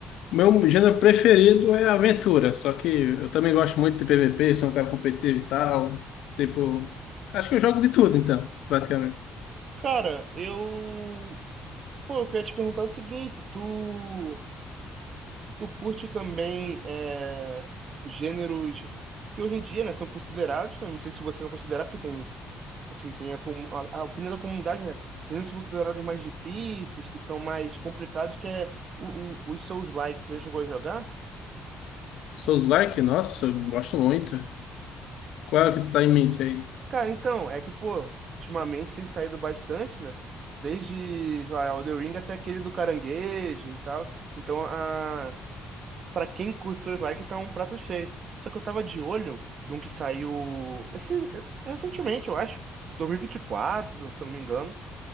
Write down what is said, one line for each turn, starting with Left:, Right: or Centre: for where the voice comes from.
Left: meu gênero preferido é aventura, só que eu também gosto muito de PVP, sou um cara competitivo e tal. Tipo, acho que eu jogo de tudo, então, praticamente.
Right: Cara, eu, pô, eu queria te perguntar o seguinte, tu, tu curte também é, gêneros que hoje em dia, né, são considerados, eu não sei se você vai considerar, porque tem assim, tem a, comu- a, a opinião da comunidade, né? Tem os considerados mais difíceis, que são mais complicados, que é o, o, os Souls-like. Você já chegou a jogar?
Left: Souls-like, nossa, eu gosto muito. Qual é o que tu tá em mente aí?
Right: Cara, então, é que, pô, ultimamente tem saído bastante, né? Desde, sei lá, Elden Ring até aquele do caranguejo e tal. Então, a... pra quem curte Souls-like, tá um prato cheio. Só que eu tava de olho de um que saiu esse, recentemente, eu acho. 2024, se eu não me engano